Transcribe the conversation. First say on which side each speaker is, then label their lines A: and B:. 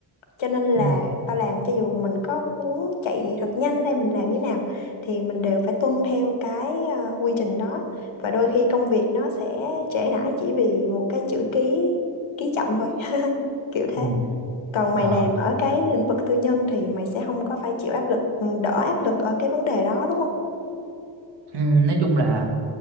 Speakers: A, on the left (about 85°); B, on the right (about 60°).
A: cho nên là
B: ừ.
A: ta làm cho dù mình có muốn chạy thật nhanh hay mình làm như nào thì mình đều phải tuân theo cái ờ, quy trình đó và đôi khi công việc nó sẽ trễ nải chỉ vì một cái chữ ký ký chậm thôi <laughs> kiểu thế
B: Ừ. <laughs>
A: còn mày
B: Ờ.
A: làm ở cái lĩnh vực tư nhân thì mày sẽ không có phải chịu áp lực ừ, đỡ áp lực ở cái vấn đề đó đúng không
B: Ừ, nói chung là